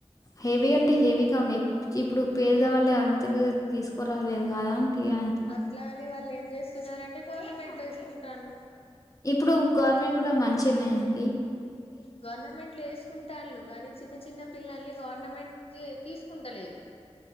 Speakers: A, on the left; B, on the left.
A: హెవీ అంటే హెవీగా ఉన్నాయి ఇప్పుడు పేద వాళ్ళ అందరు తీసుకురాలేదు కాదా అంటి అ
B: అట్లా అని వాళ్ళు ఏం చేస్తున్నారంటే గవర్నమెంట్ లో వేసుకుంటంర్రు
A: ఇప్పుడు గవర్నమెంట్ కూడా మంచిగనే అండి
B: గవర్నమెం ట్ లేసుకుంటళ్ళు గాని చిన్న చిన్న పిల్లల్ని గవర్నమెంట్ తీసుకుంటలేదు